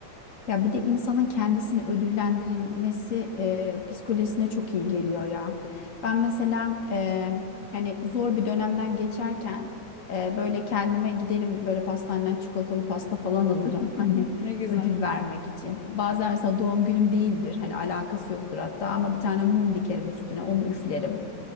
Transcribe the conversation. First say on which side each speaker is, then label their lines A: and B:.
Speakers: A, on the left; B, on the left.
A: Ya bir de insanın kendisini ödüllendirilmesi e, psikolojisine çok iyi geliyor ya. Ben mesela e, hani zor bir dönemden geçerken e, böyle kendime giderim böyle pastaneden çikolatalı pasta falan alırım
B: <laughs>
A: <laughs> hani
B: Ne güzel.
A: ödül vermek için. Bazen mesela doğum günüm değildir hani alakası yoktur hatta ama bir tane mum dikerim üstüne onu üflerim.